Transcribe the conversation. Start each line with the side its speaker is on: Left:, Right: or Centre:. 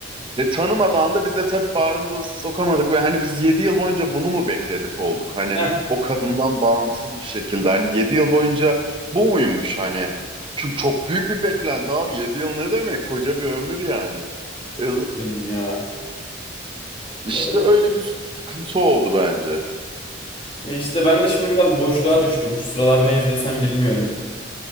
Right: E, tanımadan da biz de tabii bağrımıza sokamadık ve hani biz 7 yıl boyunca bunu mu bekledik olduk? Hani
Left: Heh
Right: o kadından bağımsız bir şekilde hani 7 yıl boyunca bu muymuş hani? Çünkü çok büyük bir beklenti abi 7 yıl ne demek? Koca bir ömür yani. E,
Left: canım ya.
Right: İşte
Left: Ya, o,
Right: öyle bir sıkıntı oldu bence.
Left: ya işte ben de şimdi biraz boşluğa düştüm. Şu sıralar ne izlesem bilmiyorum.